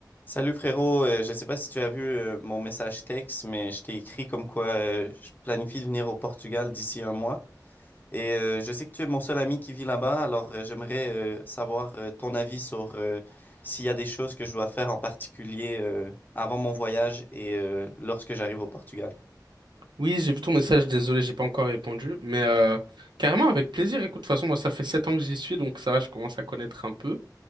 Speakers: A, on the left; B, on the right.
A: Salut frérot, Euh, je sais pas si tu as vu euh, mon message texte, mais je t'ai écrit comme quoi euh, je planifie de venir au Portugal d'ici un mois. Et euh, je sais que tu es mon seul ami qui vit là-bas, alors euh, j'aimerais euh, savoir euh, ton avis sur euh, s'il y a des choses que je dois faire en particulier euh, avant mon voyage et euh, lorsque j'arrive au Portugal.
B: Oui, j'ai vu ton message, désolé, j'ai pas encore répondu, mais euh, carrément avec plaisir. Écoute, de toute façon, moi, ça fait sept ans que j'y suis, donc ça, va, je commence à connaître un peu.